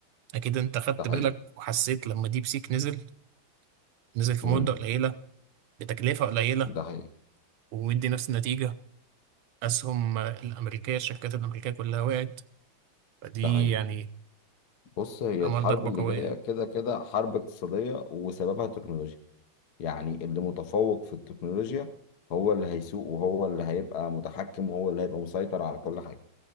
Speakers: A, on the right (about 80°); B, on the left (about 60°).
A: أكيد أنت خدت
B: ده حقيقي
A: بالك وحسيت لما ديب سيك نزل نزل في
B: امم
A: مدة قليلة بتكلفة قليلة
B: ده حقيقي
A: ومدي نفس النتيجة أسهم الأمريكية الشركات الأمريكية كلها وقعت فدي
B: ده حقيقي
A: يعني
B: بص هي
A: عمل
B: الحرب
A: ضربة
B: اللي
A: قوية
B: جاية كده كده حرب اقتصادية وسببها تكنولوجيا يعني اللي متفوق في التكنولوجيا هو اللي هيسوق وهو اللي هيبقى متحكم وهو اللي هيبقى مسيطر على كل حاجة